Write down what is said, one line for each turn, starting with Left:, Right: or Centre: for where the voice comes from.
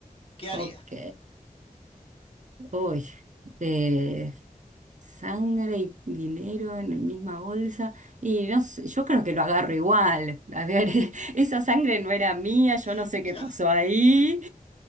Left: ¿qué harías?
Right: ok. Uy, eh, sangre y dinero en la misma bolsa. Y no sé, yo creo que lo agarro igual. A ver, <laughs> esa sangre no era mía, yo
Left: <laughs>
Right: no sé qué pasó
Left: Yo,
Right: ahí.